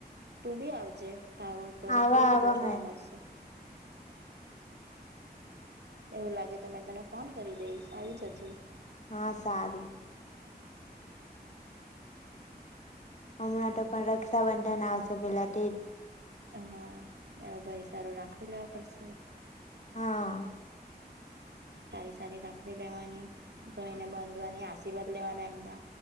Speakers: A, on the right; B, on the left.
A: તું બી આવજે ટાવર પર
B: આવા
A: બઉ બધા
B: આવા
A: જોવા
B: મેં
A: મળશે એવું લાગે તો મેં તને ફોન કરી દઈશ આવી જ જે
B: હા સારું હમણાં તો પણ રક્ષાબંધન આવશે પેલા તે જ
A: હા એ ભાઈ સારી રાખડી લેવા પડશે
B: હા
A: સારી સારી રાખડી લેવાની ભાઈ ને બાંધવાની આશીર્વાદ લેવાના એમના